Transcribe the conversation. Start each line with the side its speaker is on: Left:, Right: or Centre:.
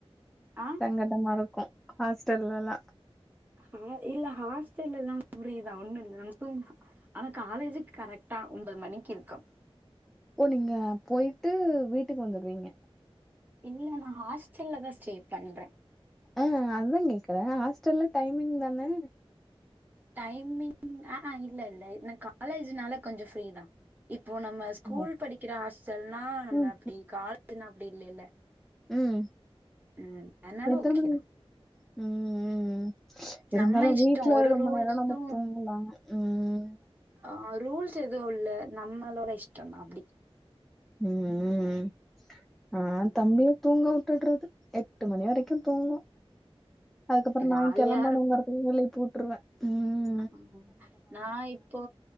Right: அ
Centre: சங்கடமா இருக்கும் ஹாஸ்டல்ல எல்லா
Right: ஆஹ் இல்ல ஹாஸ்டல்ல எல்லா புரியிதா ஒண்ணு இல்ல நம் தூங் ஆனா காலேஜுக்கு கரெக்ட்டா ஒன்பது மணிக்கு இருக்கும்
Centre: ஓ நீங்க போயிட்டு வீட்டுக்கு வந்துருவீங்க
Right: இல்ல நா ஹாஸ்டல்ல தா ஸ்டே பண்றே
Centre: ஆஹ் அதுதா கேக்கறே ஹாஸ்டல்ல டைமிங் தானே
Right: டைமிங் ஆஹ்ஹ இல்ல இல்ல காலேஜ்னால கொஞ்சம் ஃப்ரீதா இப்போ நம்ம ஸ்கூல்
Centre: ம்
Right: படிக்கிற ஹாஸ்டல்ன்னா நம்ம
Centre: ம்
Right: அப்டி காலேஜ்ன்னா அப்டி இல்லைல்ல
Centre: உம்
Right: ம் அதனால
Centre: எத்த
Right: ஓகே
Centre: மணிக்
Right: தான்
Centre: உம் உம் உ இருந்தாலு
Right: நம்ம இஷ்டம்
Centre: வீட்டுல
Right: ஒரு
Centre: ரொம்ப
Right: ரூல்ஸும்
Centre: நேரோ நம்ம தூங்கலா உம்
Right: ஆஹ் ரூல்ஸ் எதுவுல்ல நம்மளோட இஷ்டம்தா அப்டி
Centre: உம் ம் ஆஹ்
Right: ம்
Centre: தம்பிய தூங்கவுட் டுட்றது எட்டு மணி வரைக்கு தூங்கும் அதுக்கப்பறம்
Right: ஜாலியா
Centre: நா கிளம்பனுங்கரதுக்கு எழுப்புட்டுருவே உம் ம்ம்
Right: ஆஹ நா இப்போ